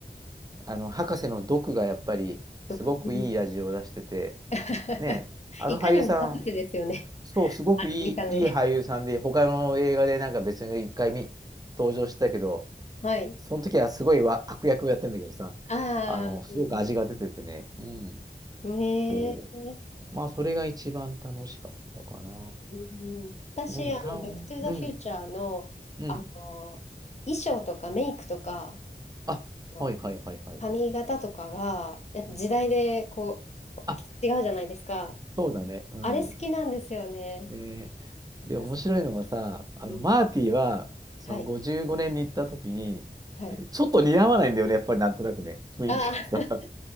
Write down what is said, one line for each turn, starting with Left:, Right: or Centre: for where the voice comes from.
Right: あの、博士の毒がやっぱり、
Left: よく、
Right: すごくいい味を出してて、
Left: うん <laughs>。
Right: ね、あの俳優さん、
Left: いかにも博士ですよね。
Right: そう、すごくいい、
Left: あの見た目。
Right: いい俳優さんで、他の映画でなんか別に一回見、登場したけど、
Left: はい。
Right: その時はすごいわ悪役をやってんだけどさ、
Left: ああ、
Right: あの、すごく味が出ててね、
Left: うん。
Right: うん、
Left: ねえ。
Right: そ
Left: う
Right: う。まあ、それが一番楽しかったかな。
Left: んうん私、
Right: うん、
Left: あの、
Right: たん、
Left: バックトゥザフューチャーの、
Right: うん、うん。
Left: あの、衣装とかメイクとか、
Right: あ、
Left: あの
Right: はいはいはいはい。
Left: 髪型とかが、やっぱ時代でこう、
Right: うんあ、
Left: 違うじゃないですか。
Right: そうだね、うん。
Left: あれ好きなんですよね。
Right: で、
Left: なんか
Right: で、面白いのがさ、あの、
Left: うん。
Right: マーティは、その55年に行った時に、
Left: はい。はい。
Right: ちょっと似合わないんだよね、やっぱりなんとなくね、雰囲気がさ。
Left: ああ、<laughs>